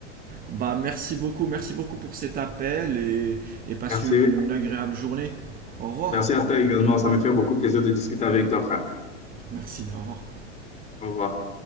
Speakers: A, on the right; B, on the left.
A: Bah, merci beaucoup, merci beaucoup pour cet appel et, et passe
B: Merci.
A: une, une agréable journée. Au revoir.
B: Merci à toi également. Ça me fait beaucoup plaisir de discuter avec toi, frère.
A: Merci, au revoir.
B: Au revoir.